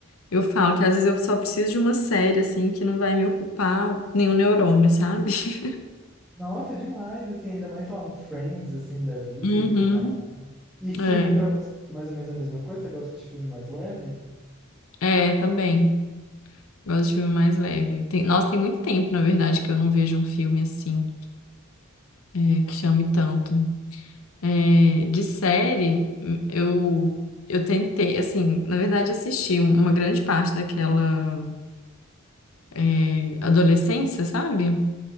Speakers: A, on the left (about 75°); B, in the centre.
A: Eu falo que às vezes eu só preciso de uma série, assim, que não vai me ocupar nenhum neurônio, sabe? <laughs>
B: Nossa, demais, assim, ainda mais, sei lá, um Friends, assim, da vida
A: Uhum.
B: e tal. E filme
A: É,
B: pra você, mais ou menos a mesma coisa? Você gosta de filme mais leve?
A: é, também. Gosto de filme mais leve. Tem, nossa, tem muito tempo, na verdade, que eu não vejo um filme assim, é, que chame tanto. É, de série, eu, eu tentei, assim, na verdade, assisti uma grande parte daquela, é, adolescência, sabe?